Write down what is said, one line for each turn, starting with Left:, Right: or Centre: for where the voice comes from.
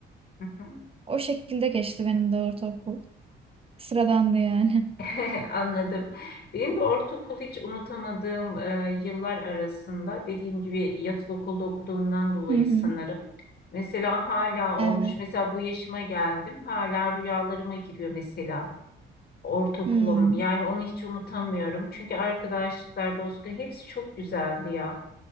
Left: Hı.
Right: O şekilde geçti benim de ortaokul. Sıradandı yani.
Left: <laughs> Anladım. Benim de ortaokul hiç unutamadığım e, yıllar arasında dediğim gibi yatılı okulda okuduğumdan dolayı
Right: <laughs> Hı hı.
Left: sanırım. Mesela hala
Right: Evet.
Left: olmuş. Mesela bu yaşıma geldim. Hala rüyalarıma giriyor mesela ortaokulum.
Right: Hı.
Left: Yani onu hiç unutamıyorum. Çünkü arkadaşlıklar, dostluklar hepsi çok güzeldi ya.